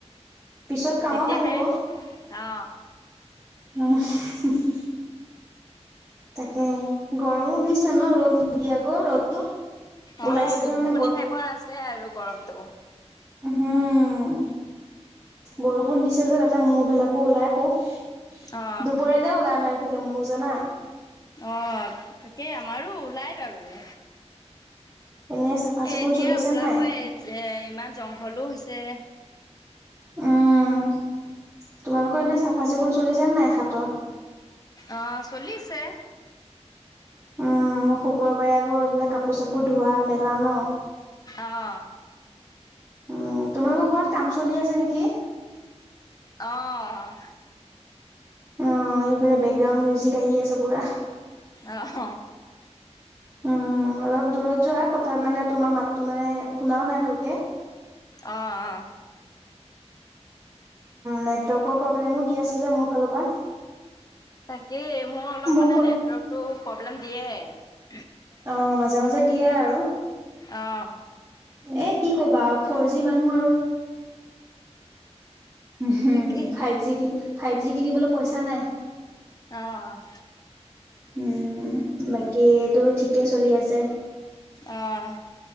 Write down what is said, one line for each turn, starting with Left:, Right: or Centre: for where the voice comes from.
Right: পিছত কামত
Left: তেতিয়াহে
Right: আহিব
Left: অ
Right: উম তাকে গৰমো দিছে ন ৰ'দ নিদিয়া আকৌ ৰ'দটো ওলাইছে
Left: অ
Right: যে
Left: গোপ
Right: মানে
Left: গোপনি টাইপৰ আছে আৰু গৰমটো
Right: হম বৰষুণ দিছে যে তাতে মৌ বিলাকো ওলাই খুপ দুপৰীয়াতে
Left: অ
Right: ওলাই আমাৰ এফালে মৌ জনা
Left: আহ তাকেই আমাৰো ওলাই বাৰু এ
Right: এনে চাফা চিকুণ
Left: এতিয়া
Right: চলিছে
Left: ওলাবই
Right: নাই?
Left: এ ইমান জংঘলো হৈছে
Right: উম, তোমালোকৰ এনে চাফা চিকুণ চলিচে নাই হাতৰ
Left: অ চলিছে
Right: উম শুকুৰবাৰে আকৌ এইবিলাক কাপোৰ চাপোৰ ধোৱা মেলা ন?
Left: আহ
Right: উম তোমালোকৰ ঘৰত কাম চলি আছে নেকি
Left: আহ
Right: অ এইফ বেকগ্ৰাউণ্ড মিউজিক আহি আছে পুৰা
Left: আহ
Right: উম উম অলপ দূৰত যোৱা কথা মানে তোমাৰ মাততো মানে শুনাও নাই ভালকে
Left: আহ আহ
Right: নেটৱৰ্কৰ প্ৰব্লেমো দি আছে যে মোৰ ফালৰ পৰা
Left: তাকেই মোৰ অলপ
Right: মই
Left: মানে
Right: ক'লে
Left: নেটৱৰ্কতটো প্ৰব্লেম দিয়ে
Right: অ', মাজে মাজে দিয়ে আৰু
Left: অ'।
Right: এ কি কবা ফৰ জি মানুহ আৰু হম
Left: তাকেই।
Right: ফাইভ জি কি ফাইভ জি কিনিবলৈ পইচা নাই
Left: আহ আহ
Right: উম বাকীটো ঠিকে চলি আছে
Left: অ',